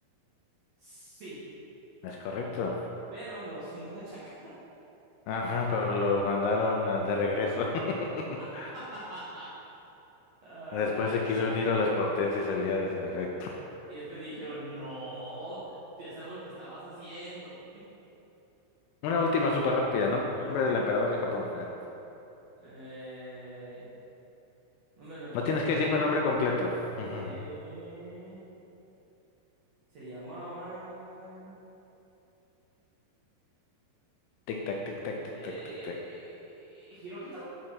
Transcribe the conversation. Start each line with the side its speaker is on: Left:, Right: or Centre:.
Right: sí,
Left: Es correcto.
Right: pero los <laughs> machaca.
Left: Ajá, pero los mandaron a- de regreso. <laughs>
Right: <laughs> Ah,
Left: Después se quiso unir a las potencias aliadas, en efecto.
Right: y después dijeron, no, ya sabemos lo que estabas haciendo.
Left: Una última súper rápida. Nombre
Right: <laughs> A ver.
Left: del emperador de Japón. Eh,
Right: Eh, nombre del emperador
Left: No tienes
Right: de Japón.
Left: que decirme el nombre completo. Ujú.
Right: Eh, se llamaba.
Left: Tic, tac, tic, tac,
Right: Eh,
Left: tic, tac, tic, tac.
Right: ¿Hirohito?